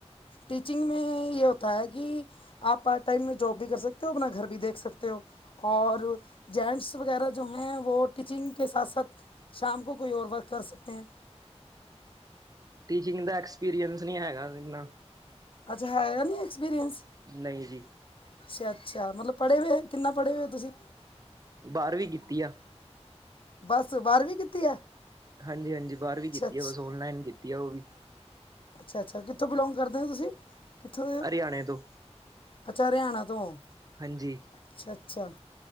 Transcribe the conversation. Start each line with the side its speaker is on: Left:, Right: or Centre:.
Left: ਟੀਚਿੰਗ ਮੇ ਇਹ ਹੋਤਾ ਹੈ ਕਿ ਆਪ ਪਾਰਟ ਟਾਈਮ ਮੇ ਜੋਬ ਭੀ ਕਰ ਸਕਦੇ ਹੋ। ਆਪਣਾ ਘਰ ਵੀ ਦੇਖ ਸਕਦੇ ਹੋ। ਔਰ ਜੈਂਟਸ ਵਗੈਰਾ ਜੋ ਹੈ ਵੋ ਟੀਚਿੰਗ ਕੇ ਸਾਥ, ਸਾਥ- ਸ਼ਾਮ ਕੋ ਕੋਈ ਔਰ ਵਰਕ ਕਰ ਸਕਤੇ ਹੈ।
Right: ਟੀਚਿੰਗ ਦਾ ਐਕਸਪੀਰੀਅੰਸ ਨਹੀਂ ਹੈਗਾ ਏਨਾ।
Left: ਅੱਛਾ, ਹੈਗਾ ਨੀ ਐਕਸਪੀਰੀਅੰਸ।
Right: ਨਹੀਂ ਜੀ।
Left: ਅੱਛਾ, ਅੱਛਾ ਮਤਲਬ ਪੜ੍ਹੇ ਹੋਏ, ਕਿੰਨਾ ਪੜ੍ਹੇ ਹੋਏ ਤੁਸੀਂ।
Right: ਬਾਂਰਵੀ ਕੀਤੀ ਆ।
Left: ਬਸ ਕੀਤੀ ਹੈ
Right: ਹਾਂਜੀ, ਹਾਂਜੀ ਬਾਂਰਵੀ
Left: ਅੱਛਾ
Right: ਕੀਤੀ
Left: ਅੱਛਾ
Right: ਆ। ਬਸ ਓਨਲਾਈਨ ਕੀਤੀ ਆ ਉਹ ਵੀ।
Left: ਅੱਛਾ ਅੱਛਾ, ਕਿੱਥੋਂ ਬਿਲੋਂਗ ਕਰਦੇ ਹੋ ਤੁਸੀਂ? ਕਿੱਥੋਂ ਦੇ ਹੋ?
Right: ਹਰਿਆਣੇ ਤੋਂ।
Left: ਅੱਛਾ ਹਰਿਆਣਾ ਤੋਂ।
Right: ਹਾਂਜੀ।
Left: ਅੱਛਾ ਅੱਛਾ,